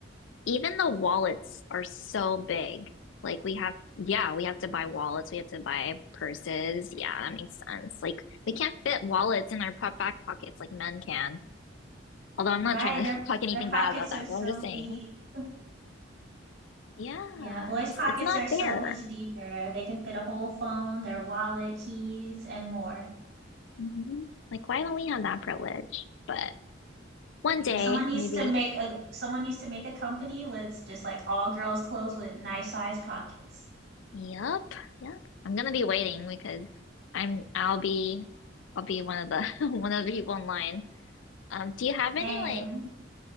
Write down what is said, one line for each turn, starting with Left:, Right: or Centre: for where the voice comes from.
Left: Even the wallets are so big. Like we have, yeah, we have to buy wallets. We have to buy purses. Yeah, that makes sense. Like we can't fit wallets in our po- back pockets like men can. Although I'm
Right: Right.
Left: not trying
Right: Their
Left: to <laughs> talk anything
Right: their pockets
Left: bad about that,
Right: are so
Left: but I'm just saying,
Right: deep. <laughs>
Left: yeah,
Right: Yeah, boys'
Left: it's
Right: pockets
Left: it's not
Right: are so
Left: fair.
Right: much deeper. They can fit a whole phone, their wallet, keys, and more.
Left: hmm Like why don't we have that privilege? But one
Right: You
Left: day,
Right: know, someone needs
Left: maybe.
Right: to make a someone needs to make a company with just like all girls' clothes with nice size pockets.
Left: Yep, yep. I'm gonna be waiting because I'm I'll be I'll be one of the <laughs> one of the people in line. Um, do you have any
Right: Same.
Left: like